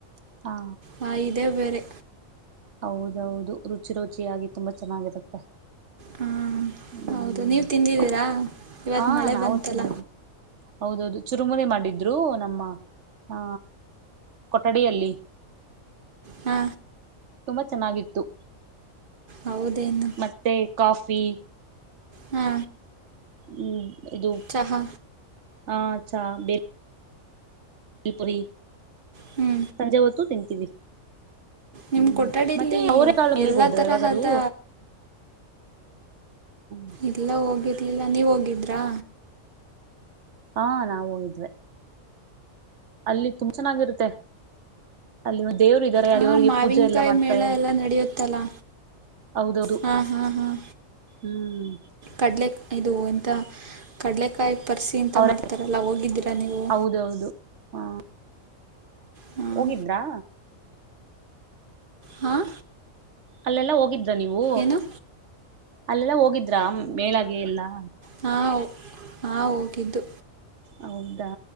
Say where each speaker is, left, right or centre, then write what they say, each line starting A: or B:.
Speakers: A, on the right; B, on the right.
A: ಹಾ
B: ಕಾಯದೆ ಬೇರೆ
A: ಹೌದೌದು ರುಚಿ ರುಚಿಿಯಾಗಿಿ ತುಂಬಾ ಚೆನ್ನಾಗಿರುತ್ತೆ
B: ಹಾಂ
A: ಹ್ಮ್
B: ಹೌದು ನೀವ್ ತಿಂದಿದೀರಾ ಇವತ್
A: ಹಾ
B: ಮಳೆ
A: ನಾವು
B: ಬಂತಲ್ಲ
A: ತಿಂದಿದ್ವಿ ಹೌದೌದು ಚುರುಮುನೆ ಮಾಡಿದ್ರು ನಮ್ಮ ಹಾ ಕೊಠಡಿಯಲ್ಲಿ
B: ಹಾ
A: ತುಂಬಾ ಚೆನ್ನಾಗಿತ್ತು
B: ಹೌದೇನು
A: ಮತ್ತೆ ಕಾಫಿ
B: ಹಾ
A: ಹ್ಮ್ ಇದು
B: ಚಹ
A: ಹಾ ಅ ಚಾ ಬೇರೆ ಇಲ್ಪುರಿ
B: ಹ್ಞೂ
A: ಸಂಜೆ ಹೊತ್ತು ತಿಂತೀವಿ ಹ್ಮ್
B: ನಿಮ್ಮ ಕೊಠಡಿಲಿ
A: ಮತ್ತೆ ಅವ ಮ
B: ಎಲ್ಲ
A: ಹೋಗ್ರ
B: ತರಹದ
A: ಯಾವಾಗೂ <inaudible>
B: ಇಲ್ಲ ಹೋಗಿರ್ಲಿಲ್ಲ ನೀವು ಹೋಗಿದ್ರಾ
A: ಹಾ ನಾವು ಹೋಗಿದ್ವೆ ಅಲ್ಲಿ ತುಂಬ ಚೆನ್ನಾಗಿರುತ್ತೆ. ಅಲ್ಲಿ ದೇವ್ರು ಇದ್ದಾರೆ
B: ಹಾ
A: ದೇವ್ರಿಗೆ
B: ಮಾವಿನಕಾಯಿ
A: ಪೂಜೆ ಎಲ್ಲಾ ಮಾಡ್ತಾರೆ
B: ಮೇಳ ಎಲ್ಲ ನಡೆಯುತ್ತಲಾ.
A: ಹೌದೌದು
B: ಹಾ ಹಾ ಹ್ಅಂ
A: ಹ್ಮ್
B: ಕಡಲೆ ಇದು ಎಂತ ಕಡಲೆಕಾಯಿ ಪರ್ಸಿ ಅಂತ
A: ಅವ್ರ
B: ಮಾಡ್ತಾರಲ್ಲ ಹೋಗಿದ್ದೀರಾ ನೀವು.
A: ಹೌದೌದು. ಹಾ
B: ಹಾಂ
A: ಹೋಗಿದ್ರಾ.
B: ಹಾಂ
A: ಅಲ್ಲೆಲ್ಲ ಹೋಗಿದ್ರ ನೀವು
B: ಏನು
A: ಅಲ್ಲೆಲ್ಲ ಹೋಗಿದ್ರ ಮೇಳಾಗೆ ಎಲ್ಲಾ.
B: ಹಾ ಹೋ ಹಾ ಹೋಗಿದ್ದು.
A: ಹೌದಾ